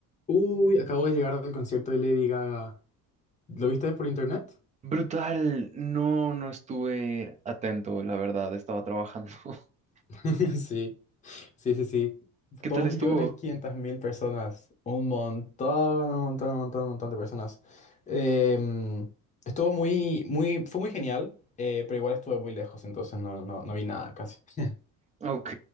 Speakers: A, on the left; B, on the right.
A: Uy, acabo de llegar del concierto de Lady Gaga. ¿Lo viste por internet?
B: Brutal, no, no estuve atento, la verdad, estaba trabajando. <laughs>
A: <laughs> Sí, sí, sí, sí.
B: ¿Qué
A: Dos
B: tal estuvo?
A: millones quinientas mil personas. Un montón, un montón, un montón, un montón de personas. Em, estuvo muy, muy, fue muy genial, eh, pero igual estuve muy lejos, entonces no, no, no vi nada casi. <laughs>
B: Ok,